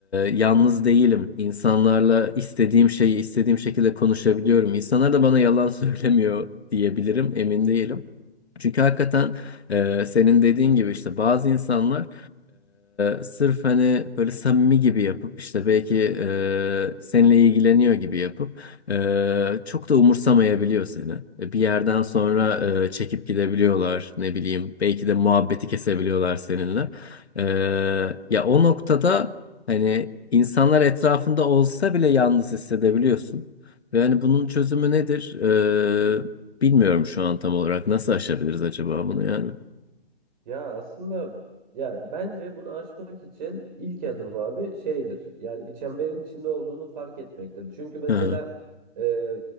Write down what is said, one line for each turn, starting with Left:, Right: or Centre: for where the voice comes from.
Left: yalnız değilim. İnsanlarla istediğim şeyi istediğim şekilde konuşabiliyorum. İnsanlar da bana yalan <laughs> söylemiyor diyebilirim. Emin değilim. Çünkü hakikaten e, senin dediğin gibi işte bazı insanlar e, sırf hani böyle samimi gibi yapıp işte belki e, seninle ilgileniyor gibi yapıp ee, çok da umursamayabiliyor seni. E, Bir yerden sonra e, çekip gidebiliyorlar, ne bileyim, belki de muhabbeti kesebiliyorlar seninle. Ee, ya o noktada hani insanlar etrafında olsa bile yalnız hissedebiliyorsun. Ve hani bunun çözümü nedir? Ee, bilmiyorum şu an tam olarak. Nasıl aşabiliriz acaba bunu yani?
Right: Ya aslında ya bence bunu aşmak için ilk adım abi şeydir. Yani bir çemberin içinde olduğunu fark etmektir. Çünkü mesela
Left: Hı hı.
Right: e,